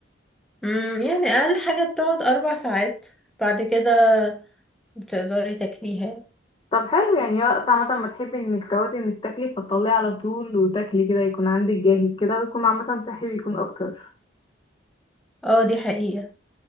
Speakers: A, in the centre; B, on the left.
A: أمم، يعني أقل حاجة بتقعد أربع ساعات بعد كده بتقدري تاكليها
B: طب حلو يعني وقت عامة ما تحبي انك تعوزي انك تاكلي فتطلعي على طول وتاكلي كده يكون عندك جاهز كده ويكون عامة صحي ويكون اكتر
A: اه دي حقيقة